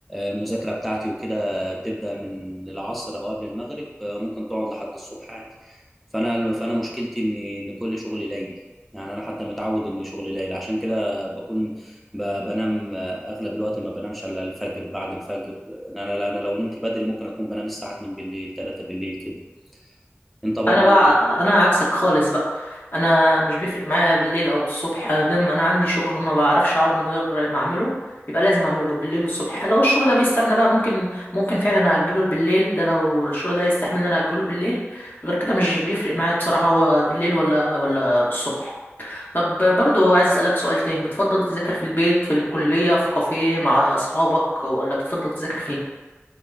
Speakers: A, in the centre; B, on the left (about 50°).
A: المذاكره بتاعتي وكده بتبدا من العصر او قبل المغرب آه، ممكن تقعد لحد الصبح عادي فانا فانا مشكلتي ان ان كل شغلي ليلي يعني انا حتى متعود ان شغلي ليل عشان كده بكون ب- بنام آه، اغلب الوقت ما بنامش الا الفجر بعد الفجر يعني انا انا لو نمت بدري ممكن اكون بنام الساعه 2 بالليل 3 بالليل كده انت برضو
B: انا بقى انا عكسك خالص بقى انا مش بيفرق معايا بالليل او بالصبح انا دام انا عندي شغل ما بعرفش اقعد من غير ما اعمله يبقى لازم اعمله بالليل والصبح لو الشغل ده بيستنى بقى ممكن ممكن فعلا اجله بالليل ده لو الشغل ده يستحمل ان انا اجله بالليل غير كده مش بيفرق معايا بصراحة هو بالليل ولا ولا بالصبح طب برضو عايز أسألك سؤال تاني بتفضل تذاكر في البيت في الكلية في كافيه مع أصحابك ولا بتفضل تذاكر فين؟